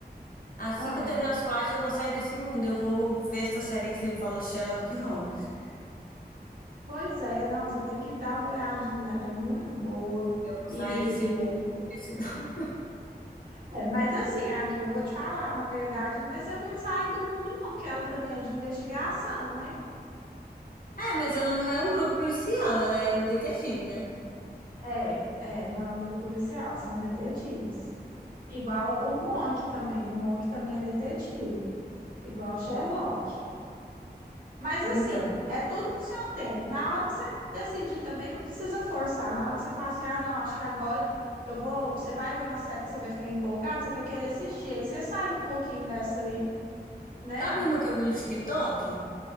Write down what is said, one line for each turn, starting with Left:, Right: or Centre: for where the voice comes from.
Left: assim
Right: ah,
Left: que eu terminar SWAT, eu vou sair desse mundo. Eu vou ver essa série que você me falou, Sherlock Holmes.
Right: pois é, não, você tem que dar uma olhadinha nela, é muito boa.
Left: Eu vou
Right: E
Left: sair desse mundo, porque senão
Right: é, mas assim, amiga, eu vou te falar, na verdade, não vai ser muito sair do mundo, não, porque ela também é de investigação, né?
Left: É, mas ela não é um grupo policial, ela é o detetive, né?
Right: É, é, não é um grupo policial, são detetives. Igual a- o Monk também, o Monk também é detetive, igual o Sherlock. Mas assim,
Left: Então,
Right: é tudo no seu tempo. Na hora que você decidir também, não precisa forçar. Na hora que você fala assim, ah, não, acho que agora eu vou. Você vai ver uma série que você vai ficar empolgado, você vai querer assistir. Aí você sai um pouquinho dessa aí, né?
Left: sabe uma que eu vi no TikTok?